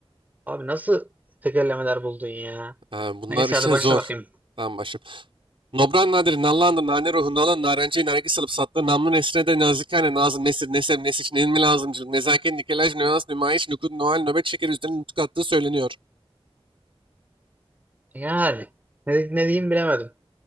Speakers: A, on the right; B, on the right.
A: Abi nasıl tekerlemeler buldun ya?
B: Ha, bunlar
A: Neyse
B: işte
A: hadi başla
B: zor.
A: bakayım.
B: Tamam başlayalım. Nobran nadir, nallandı, nane ruhu, nalan, narenciye, nergis alıp sattı, namlu nesrine de nazikane, nazım, nesir, nesem, nesiç, ilmi lazımcılık, nezaket, nikelaj, nüans, nümayiş, nukud, noel, nöbet şekeri üzerine nutuk attığı söyleniyor.
A: Yani ne, ne diyeyim bilemedim.